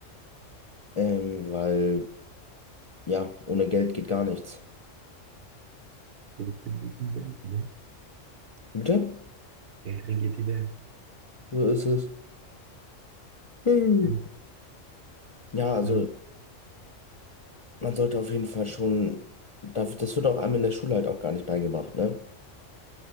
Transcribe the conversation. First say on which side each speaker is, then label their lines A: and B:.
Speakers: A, on the left; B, on the right.
A: ähm, weil, ja, ohne Geld geht gar nichts.
B: Geld regiert die Welt, ne?
A: Wie Bitte?
B: Geld regiert die Welt.
A: So ist es. Hm.
B: Ja.
A: Ja, also.
B: Ja.
A: man sollte auf jeden Fall schon, da- das wird auch einem in der Schule halt auch gar nicht beigebracht, ne?